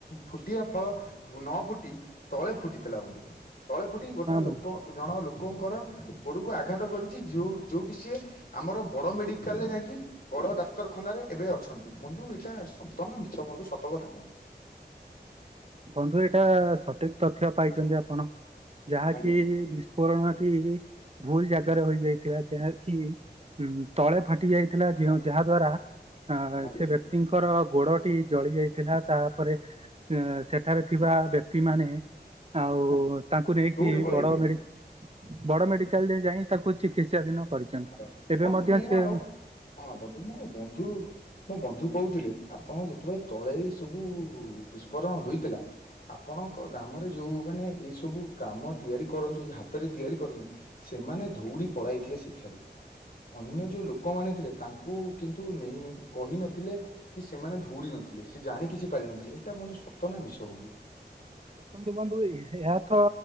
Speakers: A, on the left (about 55°); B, on the right (about 35°).
A: ଫୁଟିବା ଫଳ ନଫୁଟି ତଳେ ଫୁଟିଥିଲା ବନ୍ଧୁ। ତଳେ ଫୁଟି ଗୋଟେ
B: ହଁ
A: ଲୋକ
B: ବନ୍ଧୁ।
A: ଜଣ ଲୋକଙ୍କର ଗୋଡକୁ ଆଘାତ କରିଛି ଯୋଉ ଯୋଉଠି ସିଏ ଆମର ବଡ ମେଡିକାଲରେ ଯାଇକି ବଡ ଡାକ୍ତରଖାନାରେ ଏବେ ଅଛନ୍ତି ବନ୍ଧୁ ଏଇଟା ସତନା ମିଛ ବନ୍ଧୁ ସତ କଥା କୁହନ୍ତୁ।
B: ବନ୍ଧୁ ଏଇଟା ସଠିକ ତଥ୍ୟ ପାଇଛନ୍ତି ଆପଣ ଯାହାକି
A: ଆଜ୍ଞା
B: ବିସ୍ଫୋରଣ। ଟି ଭୁଲ ଜାଗାରେ ହୋଇଯାଇଥିଲା ଯାହା କିି? ହୁଁ ତଳେ ଫାଟି ଯାଇଥିଲା ଯେଉଁ ଯାହା ଦ୍ଵାରା ଅ
A: ଆଜ୍ଞା।
B: ସେ ବ୍ୟକ୍ତିଙ୍କର ଗୋଡଟି ଜଳି ଯାଇଥିଲା ତାପରେ ଅ ସେଠାରେ ଥିବା ବ୍ୟକ୍ତି ମାନେ ଆଉ
A: ଆଜ୍ଞା।
B: ତାଙ୍କୁ ନେଇକି
A: ଧଉଳି ପଳେଇଥିଲି
B: ବଡ ମେଡି ବଡ ମେଡିକାଲରେ ଯାଇ ତାକୁ ଚିକିତ୍ସା ଛନ୍ତି
A: ହଁ
B: ଏବେ
A: ବନ୍ଧୁ
B: ମଧ୍ୟ
A: ମୁଁ
B: ସିଏ
A: ଆଉ ହଁ ବନ୍ଧୁ ମୋ ବନ୍ଧୁ ମୋ ବନ୍ଧୁ କହୁଥିଲେ ଆପଣ ଯେତେବେଳେ ତଳେହିଁ ସବୁ ବିସ୍ଫୋରଣ ହୋଇଥିଲା ଆପଣଙ୍କ ଗ୍ରାମରେ ଯୋଉମାନେ ଏଇ ସବୁ କାମ ତିଆରି କରନ୍ତି ହାତରେ ତିଆରି କରନ୍ତି ସେମାନେ ଧଉଡି ପଳାଇଥିଲେ ସେଠାରୁ। ଅନ୍ୟ ଯୋଉ ଲୋକମାନେ ଥିଲେ ତାଙ୍କୁ କିନ୍ତୁ ନେଇ କହିନଥିଲେ କି ସେମାନେ ଧଉଡି ନଥିଲେ। ସେ ଜାଣିକିଛି ପାରିନଥିଲେ ଏଟା ବନ୍ଧୁ ସତନା ମିଛ ବନ୍ଧୁ।
B: ଦେଖନ୍ତୁ ବନ୍ଧୁ ଏହାତ